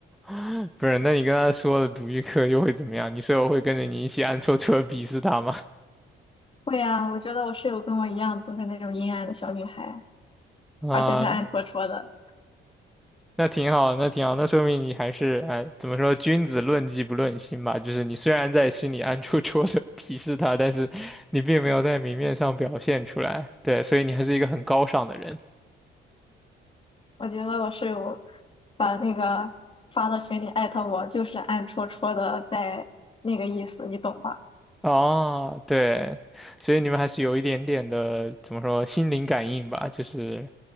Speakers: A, in the centre; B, on the left (about 25°).
A: 嗯，不是，那你跟他说了独立课又会怎么样？你舍友会跟着你一起暗戳戳地鄙视他吗？<laughs>
B: 会啊，我觉得我室友跟我一样都是那种阴暗的小女孩，
A: 啊、
B: 而且是暗戳戳的。
A: 那挺好，那挺好，那说明你还是哎，怎么说，君子论迹不论心吧。就是你虽然在心里暗戳戳的 <laughs> 鄙视他，但是你并没有在明面上表现出来，对，所以你还是一个很高尚的人
B: 我觉得我室友把那个发到群里艾特我，就是暗戳戳的在那个意思，你懂吧？
A: 哦，对，所以你们还是有一点点的怎么说心灵感应吧，就是